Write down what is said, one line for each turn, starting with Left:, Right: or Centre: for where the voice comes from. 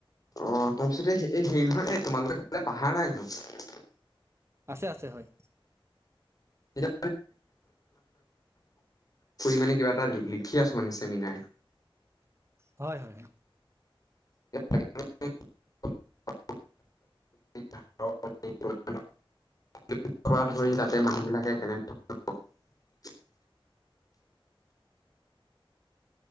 Left: অ' তাৰ পিছতে এই হেৰি নহয় এ তোমালোকৰ সেইফালে পাহাৰ নাই জানো।
Right: আছে- আছে হয়।
Left: <unintelligible> মানে কিবা এটা লিখি আছো মানে চেমিনাৰ।
Right: হয়- হয়।
Left: <unintelligible> <unintelligible> <unintelligible> ধৰি যাতে মানুহবিলাকে কেনে <unintelligible>